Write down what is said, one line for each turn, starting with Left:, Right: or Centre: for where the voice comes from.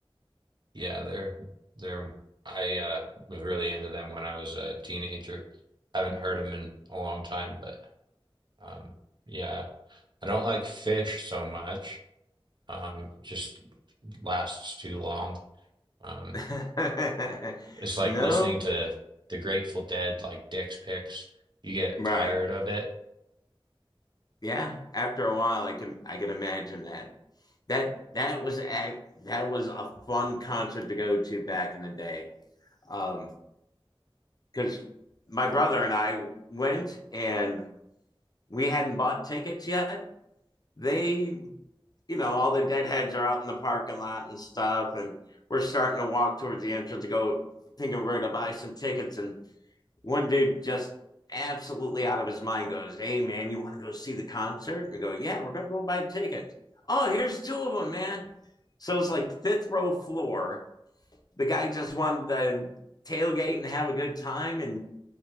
Right: Yeah, they're they're I uh was really into them when I was a teenager. Haven't heard them in a long time, but um yeah, I don't like fish so much. Um just lasts too long. Um
Left: <laughs>
Right: it's like
Left: no,
Right: listening to the Grateful Dead like Dick's Picks. You get
Left: right.
Right: tired of it,
Left: Yeah, after a while I can I can imagine that. That that was a, that was a fun concert to go to back in the day. Um cuz my brother and I went and we hadn't bought tickets yet. They you know, all the deadheads are out in the parking lot and stuff. And we're starting to walk towards the entrance to go thinking we're going to buy some tickets. And one dude just absolutely out of his mind goes, Hey, man, you want to go see the concert? And I go, Yeah, we're going to go buy tickets. Oh, here's two of them, man. So it's like fifth row floor. The guy just wanted to tailgate and have a good time. And